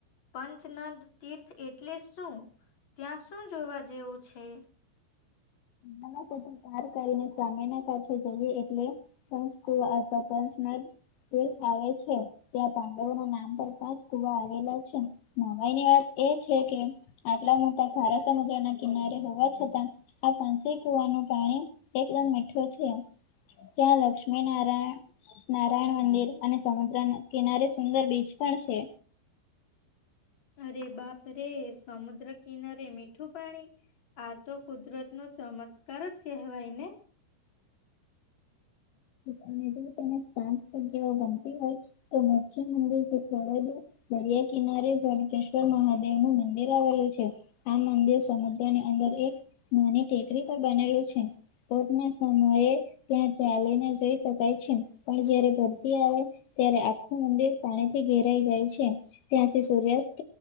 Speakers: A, on the left; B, on the left.
A: પંચનંદ તીર્થ એટલે શું ત્યાં શું જોવા જેવું છે.
B: ના ના કો પાર કરીને સામેના સાથે જોઈએ એટલે કોઈ આ પ્રપંચમાં તીર્થ આવે છે. ત્યાં પાંડવોના નામ પર પાંચ કુવા આવેલા છે નવાાઈની વાત એ છે કે આટલા મોટા ખારા સમુદ્ર ના કિનારે હોવા છતાં આ પાંચે કુવાનું પાણી એકદમ મીઠું છે ત્યાં લક્ષ્મી નારાયણ નારાયણ મંદિર અને સમુદ્રના કિનારે સુંદર બીચ પણ છે.
A: અરે બાપ રે સમુદ્ર કિનારે મીઠું પાણી આ તો કુદરત નો ચમત્કાર જ કહેવાય ને
B: અને મેસેજ તનેતા ગ્યાઓ ગમતી હોય તો મોખી મંદિરથી જોડેલુ દરિયા કિનારે વણકેશ્વર મહાદેવ નું મંદિર આવેલું છે. આ મંદિર સમુદ્ર ની અંદર એક નાની ટેકરી પર બનેલું છે. કોટ ના સમયે ત્યાં ચાલીને જઈ શકાય છે પણ જયારે ધરતી આવે ત્યારે આખું મંદિર પાણી થી ઘેરાઈ જાય છે. ત્યાંથી સૂર્યાસ્ત